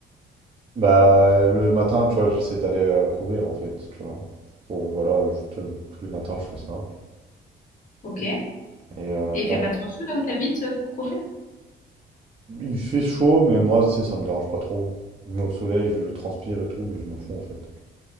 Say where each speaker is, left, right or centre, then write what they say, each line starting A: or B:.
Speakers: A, on the right (about 30°); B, on the left (about 40°).
A: Bah, le matin, tu vois, j'essaie d'aller euh, courir en fait, tu vois. Bon, voilà, juste euh, tous les matins, je fais ça.
B: ok et
A: Et euh,
B: il
A: là,
B: fait pas trop chaud là où t'habites euh, pour courir
A: il fait chaud, mais moi, tu sais, ça me dérange pas trop. Je me mets au soleil, je transpire et tout, mais je m'en fous en fait.